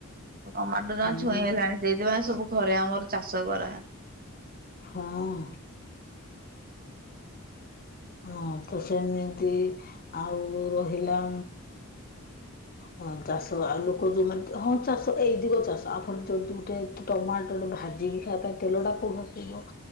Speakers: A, on the right (about 40°); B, on the left (about 40°).
A: ଟମାଟୋ ଯ
B: ହଁ
A: ଅ ସେଇଥିପାଇଁ ସବୁ ଘରେ ଆମର ଚାଷ କରା
B: ହଁ ହଁ ତ ସେମିତି ଆଉ ରହିଲା ହଁ ଚାଷ ଆଉ ଲୋକ ଯୋଉମାନେ ହଁ ଚାଷ ଏଇ ଦିଗ ଚାଷ ଆପଣ ଯି ଗୋଟେ ଟମାଟର ଭାଜିକି ଖାଇବା ପାଇଁ ତେଲଟାକୁ ଭସିବ